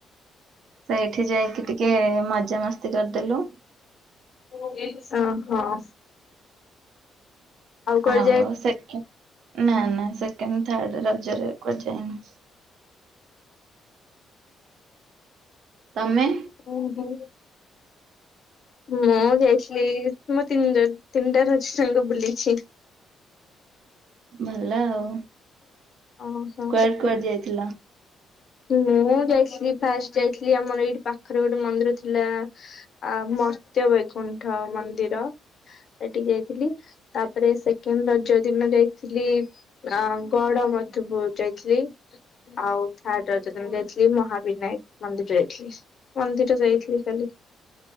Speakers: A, on the right; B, on the left.
A: ସେଇଠି ଯାଇକି ଟିକେ ମଜାମସ୍ତି କରିଦେଲୁ।
B: ହଁ। କୁଆଡେ
A: ଆଉ ସେକେଣ୍ଡ ନା ନା ସେକେଣ୍ଡ ଥାର୍ଡ ରଜରେ କୁଆଡେ ଯାଇନି? ତମେ?
B: ହୁଁ ହୁଁ। ମୁଁ ଯାଇଥିଲି ମୋ ତିନି ରଜ ତିନିଟା ରଜ ଯାକ ବୁଲିଛି।
A: ଭଲ ଆଉ।
B: ଓ ହୋ।
A: କୁଆଡେ କୁଆଡେ ଯାଇଥିଲ?
B: ମୁଁ ଯାଇଥିଲି ଫାଷ୍ଟ ଯାଇଥିଲି ଆମର ଏଇଠି ପାଖେରେ ଗୋଟେ ମନ୍ଦିର ଥିଲା। ଆ ମର୍ତ୍ତ୍ୟ ବୈକୁଣ୍ଠ ମନ୍ଦିର। ଏଇଟିକି ଯାଇଥିଲି ତାପରେ ସେକେଣ୍ଡ ରଜ ଦିନ ଯାଇଥିଲି ଅ ଗଡ ମଧୁପୁର ଯାଇଥିଲି। ଆଉ ଥାର୍ଡ ରଜ ଦିନ ଯାଇଥିଲି ମହାବିନାୟକ ମନ୍ଦିର ଯାଇଥିଲି। ମନ୍ଦିର ଯାଇଥିଲି କାଲି।